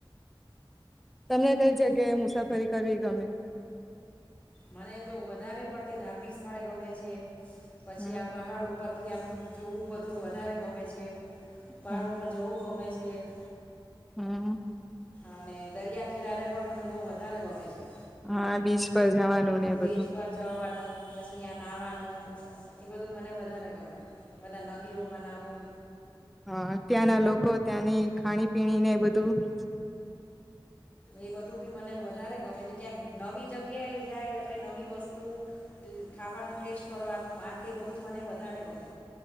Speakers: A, in the centre; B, on the left.
A: તમને કઈ જગ્યાએ મુસાફરી કરવી ગમે.
B: મને જો વધારે પડતી ધાર્મિક સ્થળે ગમે છે. પછી
A: હમ
B: આ પહાડ ઉપર ઉપરથી આમ જોવું બધું વધારે ગમે છે. પહાડ
A: હમ
B: ઉપર જવું ગમે છે. હ.
A: હમ.
B: અને દરિયા કિનારે પણ મને બહ વધુ વધારે ગમે છે.
A: હા બીચ પર જવાનું ને એ
B: બીચ
A: બધું
B: પર જવાનું પછી આ નાહવાનું એ બધું મને વધારે ગમે બધા નદીઓમાં નાવું
A: હા ત્યાંના લોકો ત્યાંની ખાણી પીણીને બધું
B: એ બધું બી મને વધારે ગમે છે ક્યાંક નવી જગ્યા જાય એટલે નવી વસ્તુ ખાવાનું ટેસ્ટ કરવાનું આ તે બધું મને વધારે ગમે